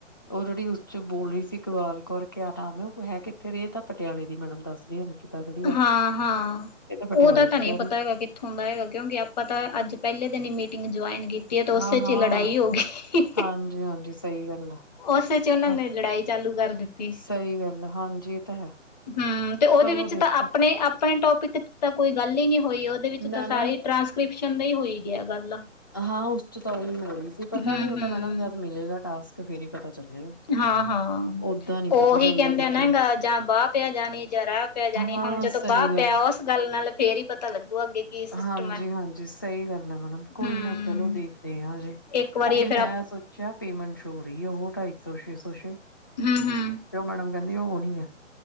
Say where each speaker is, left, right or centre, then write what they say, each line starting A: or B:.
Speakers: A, on the left; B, on the left.
A: ਉਹ ਜਿਹੜੀ ਉਸ ਚ ਬੋਲ ਰਹੀ ਸੀ ਇਕਬਾਲ ਕੌਰ ਕਿਆ ਨਾਮ ਹੈ ਉਹ ਹੈ ਕਿੱਥੇ ਰਹੇ ਤਾਂ ਪਟਿਆਲੇ ਦੀ ਮੈਡਮ ਦੱਸ ਰਹੀ। ਜਿਹੜੀ ਆ
B: ਹਾਂ ਹਾਂ
A: ਇਹ ਪਟਿਆਲੇ
B: ਉਹ ਤਾਂ ਤਾਂ
A: ਚ
B: ਨਹੀਂ
A: ਕਹਿ
B: ਪਤਾ
A: ਰਹੀ
B: ਹੈਗਾ ਕਿੱਥੋਂ ਦਾ ਹੈਗਾ ਕਿਉਂਕਿ ਆਪਾਂ ਤਾਂ ਅੱਜ ਪਹਿਲੇ ਦਿਨ ਹੀ ਮੇਰੀ ਜੋਆਇਨ ਕੀਤੀ ਤੇ ਉਸੇ
A: ਹਾਂ ਹਾਂ
B: ਚ ਲੜਾਈ ਹੋ ਗਈ
A: ਹਾਂਜੀ ਹਾਂਜੀ ਸਹੀ ਗੱਲ ਆ
B: ਉਸੇ ਚ ਉਹਨਾਂ
A: ਹਾਂ
B: ਨੇ ਲੜਾਈ ਚਾਲੂ ਕਰ ਦਿੱਤੀ।
A: ਸਹੀ ਗੱਲ ਆ, ਹਾਂਜੀ ਤਾਂ ਹੈ
B: ਹੂੰ ਤੇ ਉਹਦੇ
A: ਚਲੋ
B: ਵਿੱਚ
A: ਦੇਖੋ
B: ਤਾਂ ਆਪਣੇ ਆਪਣੇ ਟੋਪਿਕ ਤੇ ਕੋਈ ਗੱਲ ਹੀ ਨਹੀਂ ਹੋਈ ਉਹਦੇ ਵਿੱਚ
A: ਨਾ
B: ਤਾਂ
A: ਨਾ
B: ਸਾਰੀ ਟਰਾਂਸਕ੍ਰਿਪਸ਼ਨ ਦੀ ਹੋਈ ਵਧੀਆ ਗੱਲ ਆ।
A: ਹਾਂ ਉਸ ਚ ਤਾਂ ਉਹੀ ਹੋ ਰਹੀ ਸੀ ਪਤਾ
B: ਹਮ
A: ਨੀ ਉਹ
B: ਹਮ
A: ਤਾਂ ਮੈਡਮ ਜਦ ਮਿਲੇਗਾ ਟਾਸਕ ਤੇ ਫੇਰ ਪਤਾ ਚੱਲੇਗਾ
B: ਹਾਂ ਹਾਂ
A: ਓਦਾਂ ਨੀ
B: ਉਹੀ
A: ਪਤਾ ਚੱਲਦਾ
B: ਕਹਿੰਦੇ
A: ਕੁਛ
B: ਨਾ ਗਾ ਜਾਂ ਬਾਹ ਪਿਆ ਜਾਣੀ ਜਾਂ ਰਾਹ ਪਿਆ ਜਾਣੀ
A: ਹਾਂ
B: ਹੁਣ ਜਦੋਂ
A: ਸਹੀ
B: ਬਾਹ
A: ਗੱਲ
B: ਪਿਆ ਉਸ ਗੱਲ ਨਾਲ ਫੇਰ ਹੀ ਪਤਾ ਲੱਗੂਗਾ ਅੱਗੇ ਕੀ ਸਿਸਟਮ
A: ਆ, ਹਾਂਜੀ
B: ਹੈ।
A: ਹਾਂਜੀ ਸਹੀ ਗੱਲ ਹੈ ਮੈਡਮ ਕੋਈ
B: ਹਮ
A: ਨਾ ਚਲੋ ਦੇਖਦੇ ਹ ਹਜੇ
B: ਇੱਕ ਵਾਰੀ
A: ਉਹਗੇ
B: ਇਹ ਫਿਰ
A: ਮੈਂ
B: ਆਪ
A: ਸੋਚਿਆ ਪੇਮੈਂਟ ਸ਼ੌ ਹੋ ਰਹੀ ਹੈ ਉਹ ਤੇ ਇੱਕ ਸੌ ਛੇ ਸੌ ਛੇ। ਕਿਉ
B: ਹੂੰ ਹੂੰ
A: ਮੈਡਮ ਕਹਿੰਦੇ ਉਹ ਨਈ ਹੈ।